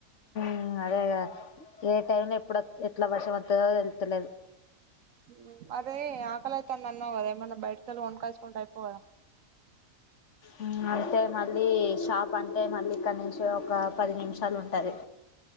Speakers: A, on the left (about 60°); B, on the right (about 70°).
A: మ్ అదే గదా ఏ టైమ్ లో ఎప్పుడ్ ఎట్లా వర్షం వాత్తదో తేలుస్తలేదు
B: ఉమ్ అదే ఆకలయితుంది అన్నవ గదా ఎమన్నా బయట కెళ్ళి కొనుకోచుకుంటే అయిపోవు గదా
A: ఉమ్ అంటే మళ్ళీ షాప్ అంటే మళ్ళీ ఇక్కడ నుంచి ఒక పది నిమిషాలు ఉంటది